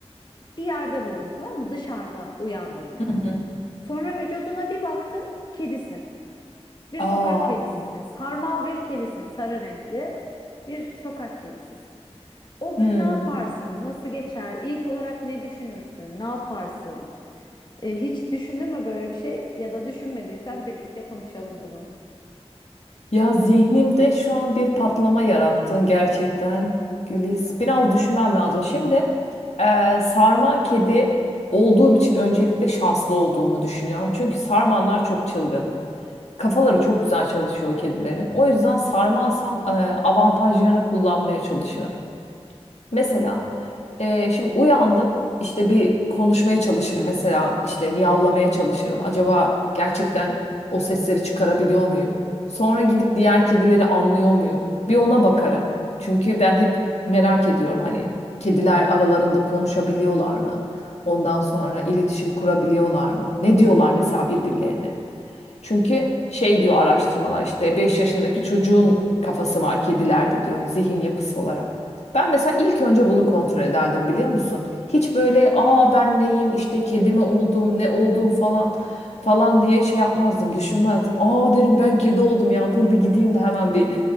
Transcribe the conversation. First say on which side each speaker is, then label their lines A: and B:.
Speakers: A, on the left; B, on the left.
A: bir yerde buldun tamam mı? Dışarıda uyandın yani.
B: Hı hı.
A: Sonra vücuduna bir baktın, kedisin. Bir
B: Aa,
A: sokak kedisisin. Sarmal bir kedisin, sarı renkli bir sokak kedisisin. O
B: hmm.
A: gün ne yaparsın? Nasıl geçer? İlk olarak ne düşünürsün? Ne yaparsın? E, hiç düşündün mü böyle bir şey? Ya da düşünmediysen birlikte konuşalım bunu.
B: Ya zihnimde şu an bir patlama yarattın gerçekten Güliz. Biraz düşünmem lazım. Şimdi e, sarman kedi olduğum için öncelikle şanslı olduğumu düşünüyorum. Çünkü sarmanlar çok çılgın. Kafaları çok güzel çalışıyor o kedilerin. O yüzden sarmansam e, avantajlarını kullanmaya çalışırım. Mesela e, şimdi uyandım işte bir konuşmaya çalışırım mesela işte miyavlamaya çalışırım. Acaba gerçekten o sesleri çıkarabiliyor muyum? Sonra gidip diğer kedileri anlıyor muyum? Bir ona bakarım. Çünkü ben hep merak ediyorum hani kediler aralarında konuşabiliyorlar mı? Ondan sonra iletişim kurabiliyorlar mı? Ne diyorlar mesela birbirlerine? Çünkü şey diyor araştırmalar işte 5 yaşındaki çocuğun kafası var kedilerde diyor zihin yapısı olarak. Ben mesela ilk önce bunu kontrol ederdim biliyor musun? Hiç böyle aa ben neyim işte kedi mi oldum ne olduğum falan falan diye şey yapmazdım düşünmezdim. Aa derim ben kedi oldum ya dur bir gideyim de hemen bir